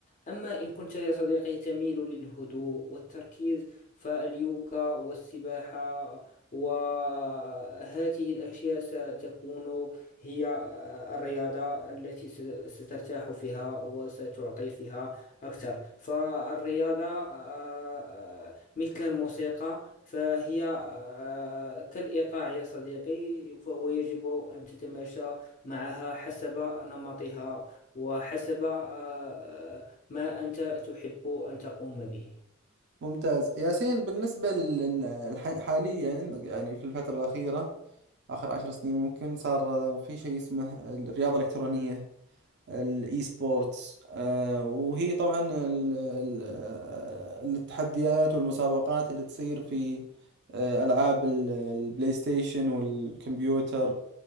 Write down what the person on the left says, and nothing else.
أما إن كنت يا صديقي تميل للهدوء والتركيز فاليوغا والسباحة وهذه الأشياء ستكون هي آه، الرياضة التي ست- سترتاح فيها وستعطي فيها أكثر فالرياضة آه، آه، مثل الموسيقى فهي آه، كالإيقاع يا صديقي ف- ويجب أن تتماشى معها حسب نمطها وحسب آه، ما أنت تحب أن تقوم به